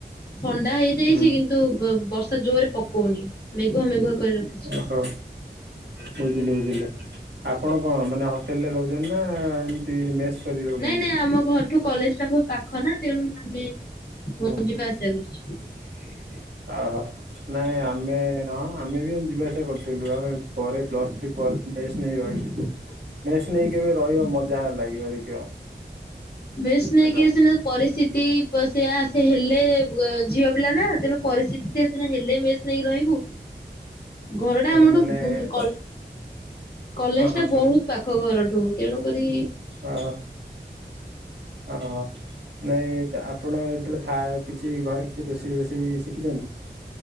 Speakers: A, on the left (about 60°); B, on the right (about 80°).
A: ଥଣ୍ଡା ହେଇଯାଇଛି
B: ହୁଁ
A: କିନ୍ତୁ ବର୍ଷା ଜୋରରେ ପକଉନି ମେଘୁଆ ମେଘୁଆ କରି ରଖିଛି।
B: ଓହୋ ବୁଝିଲି ବୁଝିଲି ଆପଣ କଣ ମାନେ ହୋଟେଲ ରେ ରହୁଛନ୍ତି ନା ମେସ୍ କରି ରହୁଛନ୍ତି?
A: ନାଇଁ ନାଇଁ ଆମ ଘରଠୁ କଲେଜ ଟା ବହୁ ପାଖ ନା ତେଣୁ ଆମେ
B: ହୁଁ ହୁଁ
A: ଯିବା ଆସିବା କରୁଛୁ।
B: ହ ହୋ। ନାଇଁ ଆମେ ହଁ ଆମେ ବି ଯିବା ଆସିବା କରୁଥିଲୁ ଆମେ ପରେ ପ୍ଲସ ଥ୍ରୀ ୁ ମେ ନେଇ ରଛି ମେସ୍ ନେଇ କେବେ ରହିବ। ମଜା ହେ ଲାଗିବ ଦେଖିବ।
A: ବେସ୍
B: ହ୍ୟାଲୋ
A: ନକ ସନା ପରିସ୍ଥିତି ସେଆ ସେ ହେଲେ ଝିଅ ପିଲା ନା ତେଣୁ ପରିସ୍ଥିତି ହେଲେ ମେସ୍ ନେଇକି ରହିବୁ। ଘରଟା
B: କଣ
A: ଆମଠୁ
B: ମାନେ
A: <unintelligible>
B: ତ
A: କଲେଜ
B: ହଁ ହଁ
A: ଟା
B: କୁହନ୍ତୁ
A: ବହୁତ ପାଖ ଘରଠୁ ତେଣୁକରି
B: ଓ ହୋ ଅ ହୋ ନାଇଁ ଆପଣ ଯେତେବେଳେ କିଛି ଘରେ କିଛି ରୋଷେଇ ବଷେଇ ଶିଖିଛନ୍ତି?